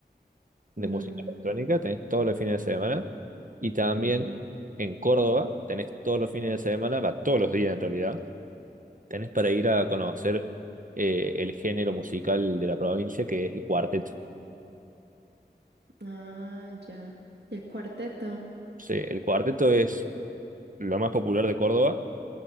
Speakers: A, on the right; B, on the right.
A: de
B: Mm,
A: música electrónica, tenés todos los fines de semana. Y también
B: ujú.
A: en Córdoba, tenés todos los fines de semana, va todos los días en realidad, tenés para ir a conocer eh, el género musical de la provincia, que es el cuarteto.
B: Ah, ya. El cuarteto.
A: Sí, el cuarteto es lo más popular de Córdoba,